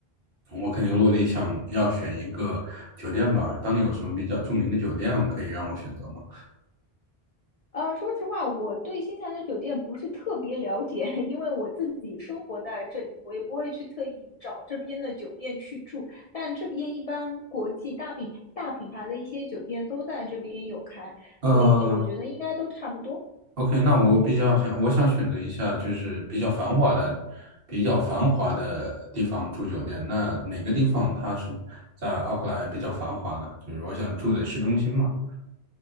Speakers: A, on the right; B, on the left.
A: 我肯定落地想要选一个酒店吧。当地有什么比较著名的酒店可以让我选择吗？
B: 呃，说实话，我对新西兰的酒店不是特别了解，<laughs> 因为我自己生活在这里，我也不会去特意找这边的酒店去住。但这边一般国际大品大品牌的一些酒店都在这边有开，
A: 呃，
B: 所以我觉得应该都差不多。
A: OK，那我比较想，我想选择一下就是比较繁华的、比较繁华的地方住酒店。那哪个地方它是在奥克兰比较繁华呢？就是我想住的市中心嘛。